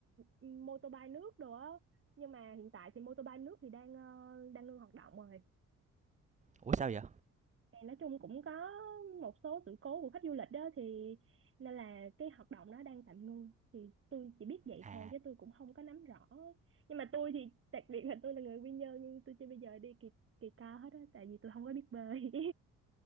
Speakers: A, on the right (about 45°); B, on the right (about 25°).
A: ừm, mô tô bay nước đồ á nhưng mà hiện tại thì mô tô bay nước thì đang ờ, đang ngưng hoạt động rồi
B: ủa, sao vậy?
A: thì nói chung cũng có một số sự cố của khách du lịch đó thì nên là cái hoạt động nó đang tạm ngưng thì tôi chỉ biết vậy
B: À.
A: thôi chứ tôi cũng không có nắm rõ nhưng mà tôi thì đặc biệt là tôi là người quy nhơn nhưng tôi chưa bao giờ đi kỳ kỳ cao hết á tại vì tôi không có biết bơi